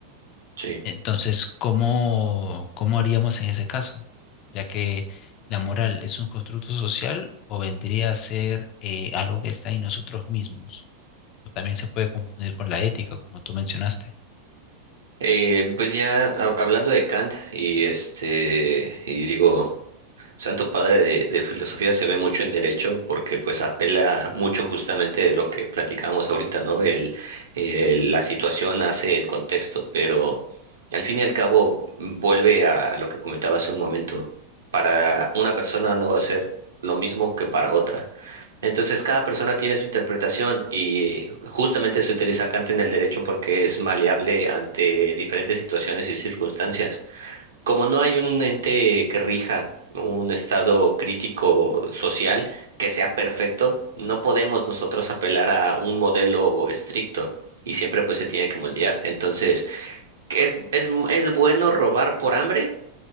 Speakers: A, on the right; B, on the left.
A: Sí.
B: Entonces, ¿cómo, cómo haríamos en ese caso? Ya que la moral es un constructo social o vendría a ser eh, algo que está en nosotros mismos. O también se puede confundir con la ética, como tú mencionaste.
A: Eh, pues ya ha- hablando de Kant y este, y digo Santo Padre de, de filosofía se ve mucho en derecho porque pues apela mucho justamente de lo que platicábamos ahorita, ¿no? El, eh, la situación hace el contexto, pero al fin y al cabo vuelve a lo que comentaba hace un momento. Para una persona no va a ser lo mismo que para otra. Entonces cada persona tiene su interpretación y justamente se utiliza Kant en el derecho porque es maleable ante diferentes situaciones y circunstancias. Como no hay un ente que rija un estado crítico social que sea perfecto, no podemos nosotros apelar a un modelo estricto y siempre pues se tiene que moldear. Entonces, ¿qué ¿es, es, es bueno robar por hambre?